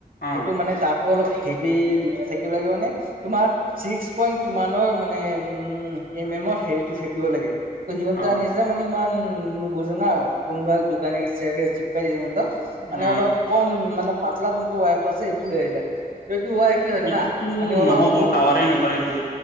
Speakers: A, on the left; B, on the right.
A: অ
B: এইটো মানে তাঁৰটো অলপ হেভি। দি ডিউটিত থাকিবাগে মানে। তোমাৰ ছিক্স পইন্ট কিমানৰ মানে উ এম এমৰ হেৰিতো থাকিব লাগে। ত সিহঁতে
A: অ
B: আনিছে মানে ইমান নুবুজে না কোনোবা দোকানীয়ে চাগে চিপকাই দিছে ন সিহঁতক।
A: অ
B: মানে অলপ কম মানে পাতলা যোনটো ৱাট আছে সেইটো লৈ আহ যা। সেইটো ৱাৰ কি হয় জানা
A: এইটোতো
B: মানে অলপ
A: নহ'ব
B: লোড।
A: টাৱাৰে নকৰে এইটো